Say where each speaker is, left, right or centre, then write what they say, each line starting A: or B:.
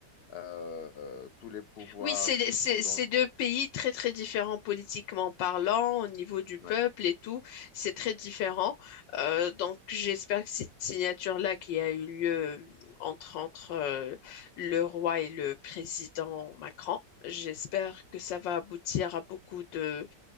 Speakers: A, on the left (about 60°); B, on the left (about 85°).
A: euh, euh, tous les pouvoirs.
B: Oui, c'est c'est-
A: euh, dans-
B: c'est deux pays très très différents politiquement parlant, au niveau du peuple
A: Ouais.
B: et tout, c'est très différent. Euh, donc j'espère que cette signature-là qui a eu lieu entre, entre euh, le roi et le président Macron, j'espère que ça va aboutir à beaucoup de,